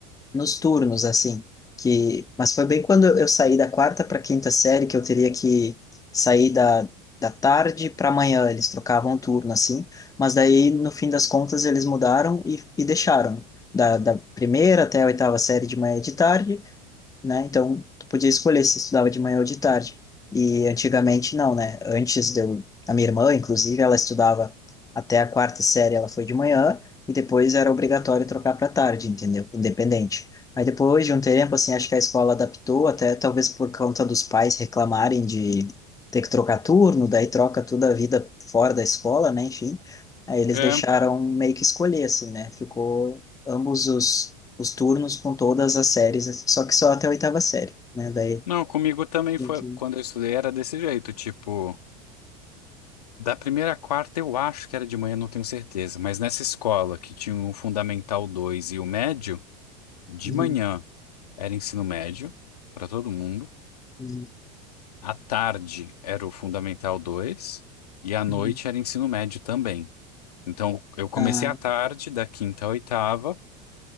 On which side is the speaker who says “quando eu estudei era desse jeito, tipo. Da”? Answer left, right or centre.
Left